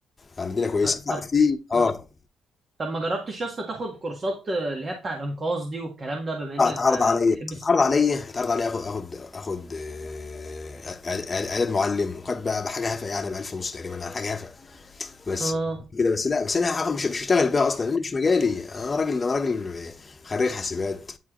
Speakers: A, on the left; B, on the right.
A: يعني الدنيا كويسه
B: آه،
A: لا،
B: طب
A: في اه
B: آه. طب ما جربتش يا اسطى تاخد كورسات آه، اللي هي بتاع الانقاذ دي والكلام ده بما انك
A: لا اتعرض
B: ب-
A: عليا
B: بتحب الس-
A: اتعرض عليا اتعرض عليا اخد اخد اخد آه، إعد- إعد- اعداد معلم وكانت بقى بحاجه هفه يعني ب 1000 ونص تقريبا على حاجه هفه بس
B: اه
A: كده بس لا بس انا هاخد- مش مش هشتغل بيها اصلا لان مش مجالي انا راجل انا راجل خريج حاسبات